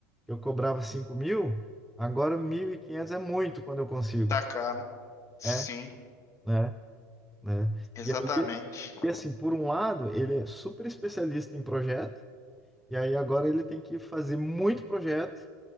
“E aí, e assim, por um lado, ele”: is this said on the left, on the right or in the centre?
Centre